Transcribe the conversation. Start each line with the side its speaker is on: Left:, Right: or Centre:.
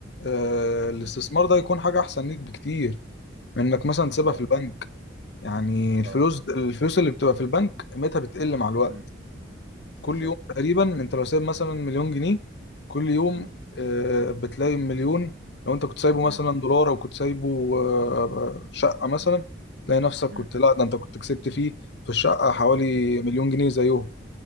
Left: آه، الاستثمار
Right: امم
Left: ده يكون حاجه احسن ليك بكتير من انك مثلا تسيبها
Right: اه
Left: في البنك يعني الفلوس
Right: اه
Left: الفلوس اللي بتبقى في البنك قيمتها بتقل مع الوقت
Right: امم
Left: كل
Right: بالظبط
Left: يوم تقريبا انت لو سايب مثلا مليون جنيه كل يوم
Right: امم
Left: آه، بتلاقي مليون لو انت كنت سايبه
Right: امم
Left: مثلا دولار او كنت سايبه آه، شقة مثلا
Right: امم
Left: تلاقي نفسك
Right: امم
Left: كنت لا ده انت كنت كسبت فيه في الشقة حوالي
Right: امم
Left: مليون جنيه زيهم